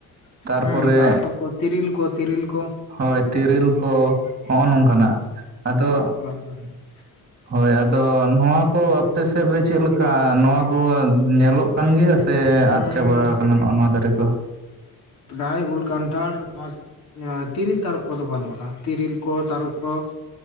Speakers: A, on the right; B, on the left.
A: ᱛᱟᱨᱯᱚᱨᱮ
B: ᱦᱩᱸ ᱛᱟᱨᱚ ᱠᱚ ᱛᱤᱨᱤᱞ ᱠᱚ ᱛᱤᱨᱤᱞ ᱠᱚ
A: ᱦᱳᱭ ᱛᱤᱨᱤᱞ ᱠᱚ ᱦᱚᱜᱼᱚ ᱱᱚᱝᱠᱟᱱᱟᱜ ᱟᱫᱚ
B: ᱚ
A: ᱦᱳᱭ ᱟᱫᱚ ᱱᱚᱣᱟ ᱠᱚ ᱟᱯᱮ ᱥᱮᱫ ᱨᱮ ᱪᱮᱫ ᱞᱮᱠᱟ ᱱᱚᱣᱟ ᱠᱚ ᱧᱮᱞᱚᱜ ᱠᱟᱱ ᱜᱮᱭᱟ ᱥᱮ
B: ᱦᱮᱸ
A: ᱟᱫ ᱪᱟᱵᱟ ᱠᱟᱱᱟ ᱱᱚᱜ ᱱᱚᱣᱟ ᱫᱟᱨᱮ ᱠᱚ
B: ᱯᱨᱟᱭ ᱩᱞ ᱠᱟᱱᱴᱷᱟᱲ ᱱᱚᱣᱟ ᱛᱤᱨᱤᱞ ᱛᱟᱨᱚᱯ ᱠᱚᱫᱚ ᱵᱟᱹᱱᱩᱜ ᱟᱱᱟ ᱛᱤᱨᱤᱞ ᱠᱚ ᱛᱟᱹᱨᱚᱵ ᱠᱚ